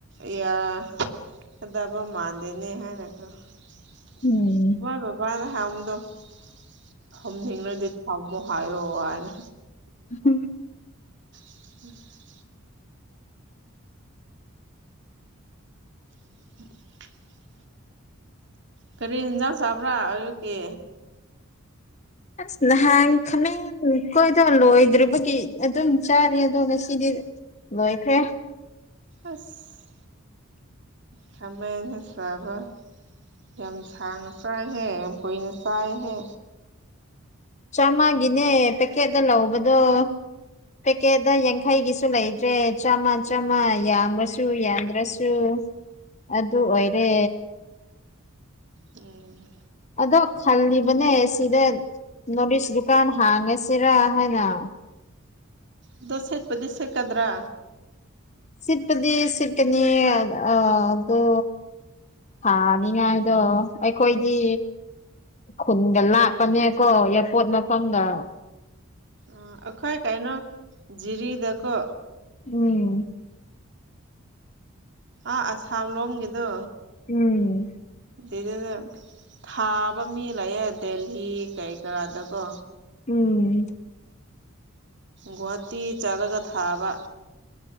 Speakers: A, on the right; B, on the left.
A: ꯏꯌꯥꯔꯥ <unintelligible>
B: ꯎꯝ
A: ꯊꯝꯅꯤꯡꯔꯗꯤ ꯊꯝꯃꯣ ꯍꯥꯢꯌꯣ ꯍꯥꯢꯅ
B: ꯎꯍꯨꯝ
A: <inaudible> <inaudible> ꯀꯔꯤ ꯍꯦꯟꯖꯥꯡ ꯆꯥꯕ꯭ꯔꯥ ꯑꯌꯨꯛꯀꯤ
B: ꯑꯁ ꯅꯍꯥꯟ ꯈꯃꯦꯡ ꯑꯈꯣꯢꯗꯣ ꯂꯣꯢꯗ꯭ꯔꯤꯕꯒꯤ ꯑꯗꯨꯝ ꯆꯥꯔꯤ ꯑꯗꯣ ꯉꯁꯤꯗꯤ ꯂꯣꯢꯈ꯭ꯔꯦ
A: ꯑꯁ ꯈꯃꯦꯟꯖꯨ ꯆꯥꯕ ꯌꯥꯝ ꯁꯥꯡꯅ ꯄꯢꯍꯦ ꯌꯥꯝ ꯀꯨꯢꯅ ꯆꯥꯢꯍꯦ
B: ꯆꯥꯝꯃꯒꯤꯅꯦ ꯄꯦꯛꯀꯦꯠꯇ ꯂꯧꯕꯗꯣ ꯄꯦꯀꯦꯠꯇ ꯌꯥꯡꯈꯩꯒꯤꯁꯨ ꯂꯩꯇ꯭ꯔꯦ ꯆꯥꯝꯃ ꯆꯥꯝꯃ ꯌꯥꯝꯔꯁꯨ ꯌꯥꯝꯗ꯭ꯔꯁꯨ ꯑꯗꯨ ꯑꯗꯨꯑꯣꯢꯔꯦ
A: ꯎꯝ
B: ꯑꯗꯣ ꯈꯜꯂꯤꯕꯅꯦ ꯁꯤꯗ ꯅꯣꯠꯏꯁ ꯗꯨꯀꯥꯟ ꯍꯥꯡꯉꯁꯤꯔ ꯍꯥꯢꯅ
A: ꯑꯗꯣ ꯁꯤꯠꯄꯗꯤ ꯁꯤꯠꯀꯗ꯭ꯔ
B: ꯁꯤꯠꯄꯗꯤ ꯁꯤꯠꯀꯅꯤꯌꯦ ꯑꯥ ꯑꯗꯣ ꯊꯥ ꯅꯤꯡꯉꯥꯏꯗꯣ ꯑꯩꯈꯣꯏꯗꯤ ꯈꯨꯟꯒ ꯂꯥꯞꯄꯅꯦꯀꯣ ꯑꯦꯌꯔꯄꯣꯠ ꯃꯐꯝꯒ
A: ꯑꯥ ꯑꯈꯣꯏ ꯀꯪꯅꯣ ꯖꯤꯔꯤꯗꯀꯣ
B: ꯎꯝ
A: ꯑꯥ ꯑꯁꯥꯝ ꯂꯣꯝꯒꯤꯗꯣ
B: ꯎꯝ
A: ꯑꯗꯩꯗꯗꯥ ꯊꯥꯕ ꯃꯤ ꯂꯩꯌꯦ ꯗꯦꯜꯂꯤ ꯀꯩ ꯀꯥꯗꯀꯣ
B: ꯎꯝ
A: ꯒꯨꯍꯥꯇꯤ ꯆꯠꯂꯒ ꯊꯥꯕ